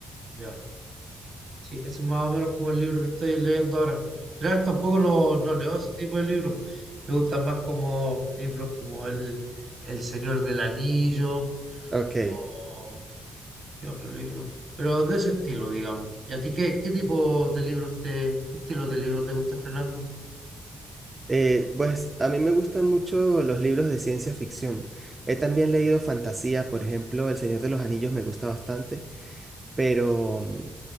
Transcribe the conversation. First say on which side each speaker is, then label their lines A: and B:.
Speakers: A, on the right; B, on the right.
A: Ya. Sí, ese es más o menos como el libro que estoy leyendo ahora. Claro, tampoco no, no leo ese tipo de libros. Me gustan más como libros como El, El Señor del Anillo
B: Ok,
A: o ¿qué otro libro? Pero de ese estilo, digamos. ¿Y a ti qué, qué tipo de libros te, qué estilo de libros te gusta, Fernando?
B: eh, pues a mí me gustan mucho los libros de ciencia ficción. He también leído fantasía, por ejemplo, El Señor de los Anillos me gusta bastante. pero, mm,